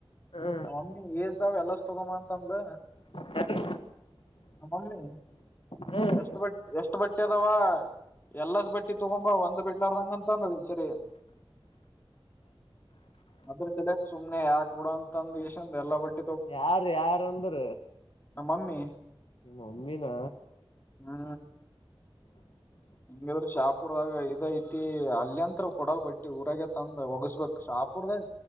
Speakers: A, on the left; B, on the left.
A: ಹ್ಮ್
B: ನಮ್ಮಮ್ಮಿ ಏಸವ್ ಎಲ್ಲಸ್ ತಗೋಂಡ್ಬಾ ಅಂತಂದ್ಲ
A: ಯಾರು
B: ನಮ್ಮಮ್ಮಿ
A: ಹ್ಮ್
B: ಎಷ್ಟ ಬಟ್ಟಿ ಎಷ್ಟ ಬಟ್ಟೆ ಅದಾವ ಎಲ್ಲಾಸ್ ಬಟ್ಟಿ ತುಗೊಂಬಾ ಒಂದ್ ಬಿಡ್ಲಾರದಂಗ ಅಂತಂದ ಈ ಸರಿ ಅದ್ರ ಸಲಾಕ್ ಸುಮ್ನೆ ಯಾಕ್ ಬಿಡ ಅಂತಂದ ಇಂದ ಎಲ್ಲ ಬಟ್ಟ
A: ಯಾರ ಯಾರ ಅಂದ್ರ
B: ನಮ್ಮಮ್ಮಿ
A: ಮಮ್ಮಿನಾ
B: ಹ್ಮ ಹೆಂಗಿದ್ರ ಶಾಪುರದಾಗ ಇದ ಐತಿ ಅಲ್ಲೆಂತ್ರೂ ಕೊಡಲ್ ಬಟ್ಟಿ ಊರಾಗ ತಂದ ಒಗಸ್ಬೇಕು ಶಾಪುರ್ದಾಗ